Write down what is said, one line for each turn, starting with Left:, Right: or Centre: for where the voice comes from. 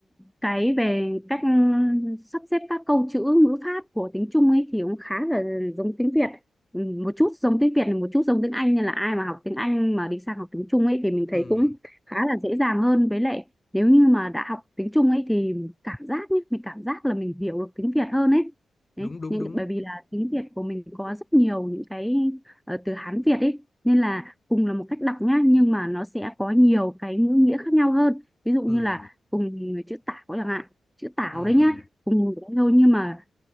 Centre: cái về cách ừm, sắp xếp các câu chữ ngữ pháp của tiếng Trung ấy thì cũng khá là giống tiếng Việt. Ừ, một chút giống tiếng Việt, một chút giống tiếng Anh nên là ai mà học tiếng Anh mà đi sang học tiếng Trung ấy thì mình thấy
Left: ừ
Centre: cũng khá là dễ dàng hơn. Với lại nếu như mà đã học tiếng Trung ấy thì cảm giác nhé, mình cảm giác là mình hiểu được tiếng Việt hơn ấy.
Left: đúng
Centre: Đấy,
Left: đúng
Centre: nhưng
Left: đúng
Centre: bởi vì là tiếng Việt của mình có rất nhiều những cái ờ, từ Hán Việt ấy nên là cùng là một cách đọc nhá nhưng mà nó sẽ có nhiều cái ngữ nghĩa khác nhau hơn ví dụ như
Left: ừ
Centre: là cùng chữ tảo chẳng hạn chữ tảo
Left: ừ
Centre: đấy nhá cùng đấy thôi nhưng mà